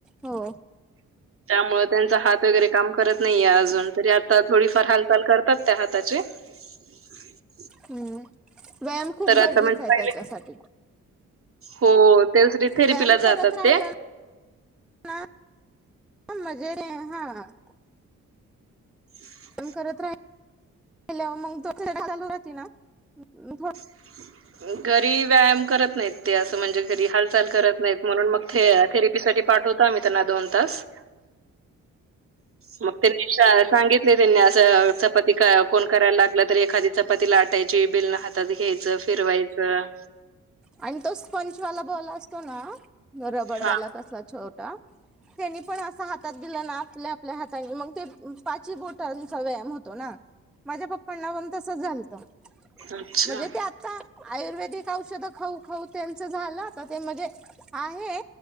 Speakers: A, in the centre; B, on the right (about 40°).
A: हो
B: <inaudible> त्यामुळे त्यांचा हात वगैरे काम करत नाहीये अजून, तरी आता थोडीफार, हालचाल करतात त्या हाताचे <inaudible>
A: हम्म, व्यायाम खूप
B: तर
A: गरजेचा
B: आता म्हणजे
A: आहे,
B: पहिले
A: त्याच्यासाठी
B: हो तेच, रीथेरिपीला
A: व्यायाम करत
B: जातात
A: राहिला
B: ते
A: ना <unintelligible> हा
B: <inaudible>
A: फोन करत राहिल्याव मग थेरीपी चालू राथी नाही?
B: <inaudible> घरी व्यायाम करत नाहीत ते, असं म्हणजे घरी हालचाल करत नाहीत, म्हणून मग थे थेरीप पिसाठी पाठवतो आम्ही त्यांना, दोन तास, मग <unintelligible> सांगितले त्यांनी असं, चपाती कोण करायला लागलं, तरी एखादी चपाती लाटायची, बेलन हाथ हतात घ्यायचं, फिरवायचं
A: आणि तो स्पंचवाला बॉल असतो ना, रबडवाला
B: हा
A: तसा छोटा त्यांनी पण, असा हात हात दिलं ना, आपल्या आपल्या हाताने, मग ते, पाची बोटांचा व्यायाम होतो ना. माझ्या पप्पांना पण तसंच झालतं,
B: अच्छा
A: म्हणजे ते आता आयुर्वेदिक औषध खाऊ खाऊ त्यांच झालं, आता ते मध्ये आहे,